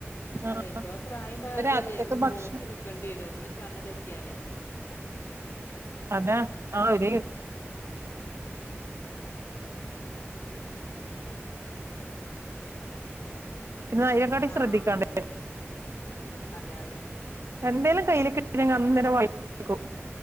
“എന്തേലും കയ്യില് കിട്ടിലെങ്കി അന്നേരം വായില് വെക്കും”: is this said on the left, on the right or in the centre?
Right